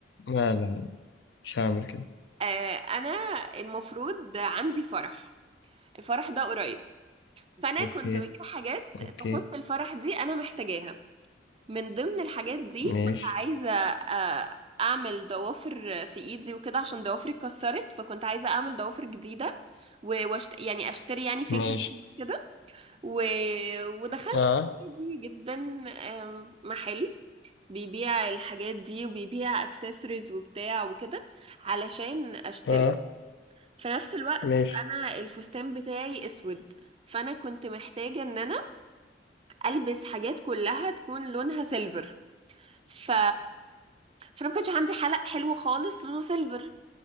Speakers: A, on the left (about 70°); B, on the right (about 30°).
A: لا لا لا مش هعمل كده
B: آه انا المفروض عندي فرح الفرح ده قريب فانا
A: اوكي
B: كنت بجيب حاجات
A: اوكي
B: تخص الفرح دي انا محتاجاها من ضمن الحاجات دي
A: ماشي
B: كنت عايزة آه، أعمل ضوافر في إيدي وكده عشان ضوافري اتكسرت فكنت عايزة أعمل ضوافر جديدة و- واشت... يعني أشتري يعني فيك
A: ماشي
B: نيلز وكده و... ودخلت
A: اه
B: عادي جدا آم، محل بيبيع الحاجات دي وبيبيع اكسسوارز وبتاع وكده علشان أشتري
A: اه
B: في نفس الوقت
A: ماشي
B: أنا الفستان بتاعي أسود فأنا كنت محتاجة إن أنا ألبس حاجات كلها تكون لونها سيلفر ف فانا ما كانش عندي حلق حلو خالص لونه سيلفر